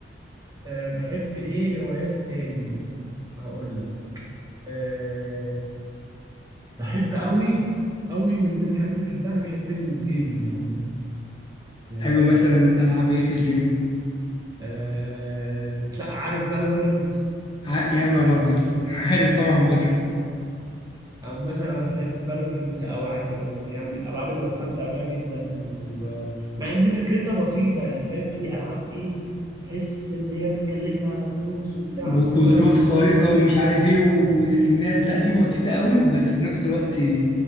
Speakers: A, on the right; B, on the left.
A: آه، بحب ايه هوايات تاني هقول لك أه بحب قوي قوي من ضمن الحاجات اللي بحبها انا بحب الجيمنج عامة يعني
B: تحب
A: فاهم
B: مثلا
A: بحب
B: ألعاب إيه في الجيمنج؟
A: أه لا عارف Valorant
B: ع- يا نهار أبيض <laughs> عارف طبعا بل
A: عامة أنا بحب فالورنت أوي عايز أقول لك يعني من الألعاب اللي بستمتع بيها جدا ومع إن فكرتها بسيطة يعني فاهم في ألعاب إيه تحس إن هي متكلفة فلوس وبتاع
B: وقدرات
A: أما فالورنت
B: خارقة ومش عارف إيه وسكنات
A: أه
B: لا دي بسيطة أوي وبس في نفس الوقت